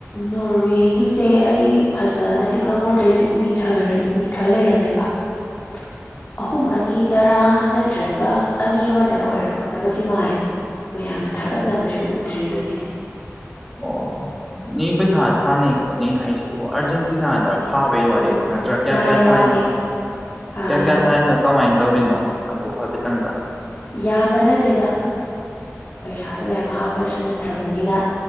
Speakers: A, on the left (about 40°); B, in the centre.
A: ꯅꯣꯔꯋꯦꯒꯤꯁꯦ ꯑꯩ ꯐꯖꯅꯗꯤ ꯈꯪꯍꯧꯗ꯭ꯔꯦꯁꯦ ꯎꯏꯊꯔ ꯎꯏꯊ ꯂꯩꯔꯝꯃꯦꯕ꯫ <inaudible> ꯑꯍꯨꯝ ꯑꯅꯤꯗꯔ ꯅꯠꯇ꯭ꯔꯒ ꯑꯅꯤ ꯑꯃꯗꯔ ꯑꯣꯏꯔꯝꯒꯗꯕꯗꯤ ꯃꯥꯜꯂꯦ꯫ ꯃꯌꯥꯝꯅ ꯊꯥꯒꯠꯅꯕꯁꯨ ꯎꯗ꯭ꯔꯤ ꯑꯗꯨꯒꯤꯗꯤ꯫
B: ꯑꯣ ꯅ ꯄꯩꯁꯥ ꯊꯥꯅꯩ ꯈꯣꯠꯅꯩ ꯍꯥꯏꯁꯤꯕꯨ ꯑꯥꯔꯖꯦꯟꯇꯤꯅꯥꯗ ꯊꯥꯕꯩ ꯌꯥꯗꯦꯔꯣ ꯅꯠꯇ꯭ꯔꯒ ꯀꯌꯥ
A: ꯃꯥꯅꯦ
B: ꯀꯌꯥ ꯊꯥꯏꯅꯣ
A: ꯃꯥꯅꯦ ꯑꯥ,
B: ꯀꯌꯥ ꯀꯌꯥ ꯊꯥꯏꯅꯣ ꯀꯃꯥꯏꯅ ꯇꯧꯔꯤꯅꯣ ꯑꯗꯨ ꯍꯥꯏꯐꯦꯠꯇꯪꯒ
A: ꯌꯥꯝꯕ ꯅꯠꯇꯦꯗ ꯄꯩꯁꯥꯗꯣ ꯌꯥꯝ ꯍꯥꯞꯄꯁꯨ ꯅꯠꯇ꯭ꯔꯕꯅꯤꯅ